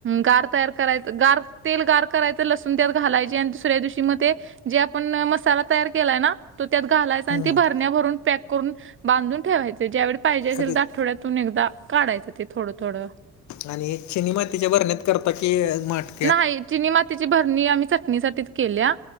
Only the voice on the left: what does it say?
हम्म.
ओके
आणि चिनी मातीच्या भरण्यात करता की माठ?